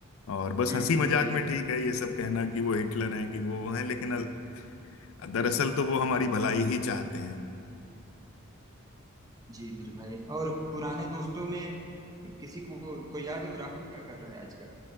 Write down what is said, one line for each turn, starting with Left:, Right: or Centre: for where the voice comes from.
Left: और बस
Right: हम्म
Left: हंसी
Right: हम्म,
Left: मजाक
Right: जी
Left: में ठीक है ये सब कहना कि वो हिटलर हैं कि वो वो हैं लेकिन अल- दरअसल तो वो हमारी भलाई ही चाहते हैं
Right: जी मेरे भाई और पुराने दोस्तों में किसी को कोई याद है वो राहुल क्या कर रहा है आजकल